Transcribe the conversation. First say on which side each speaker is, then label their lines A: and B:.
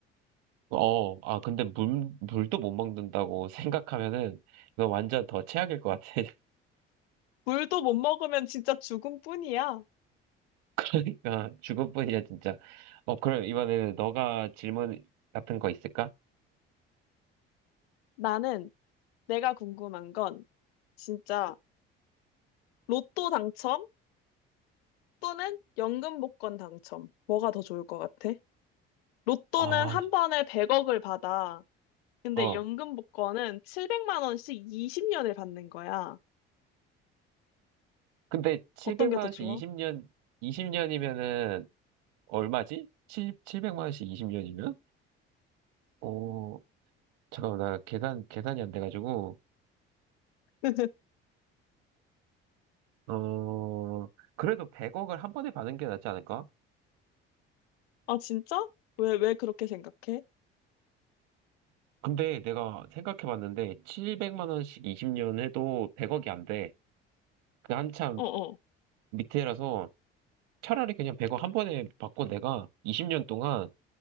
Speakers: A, on the right; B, on the left.
A: 어, 아, 근데 물, 물도 못 먹는다고 <laughs> 생각하면은, 이거 완전 더 최악일 것 같아.
B: 물도 못 먹으면 진짜 죽음뿐이야.
A: <laughs> 그러니까, 죽을 뿐이야, 진짜. 어, 그럼 이번에는 너가 질문 같은 거 있을까?
B: 나는 내가 궁금한 건 진짜 로또 당첨? 또는 연금 복권 당첨. 뭐가 더 좋을 것 같아? 로또는
A: 아,
B: 한
A: 이-
B: 번에 100억을 받아. 근데
A: 어.
B: 연금 복권은 700만 원씩 20년을 받는 거야.
A: 근데 700만
B: 어떤 게 더
A: 원씩
B: 좋아?
A: 20년, 20년이면은, 얼마지? 7, 700만 원씩 20년이면? 어, 잠깐만, 나 계산, 계산이 안 돼가지고,
B: <laughs>
A: 어, 그래도 100억을 한 번에 받는 게 낫지 않을까?
B: 아, 진짜? 왜, 왜 그렇게 생각해?
A: 근데 내가 생각해봤는데 700만 원씩 20년 해도 100억이 안 돼. 그 한참
B: 어, 어,
A: 밑에라서 차라리 그냥 100억 한 번에 받고 내가 20년 동안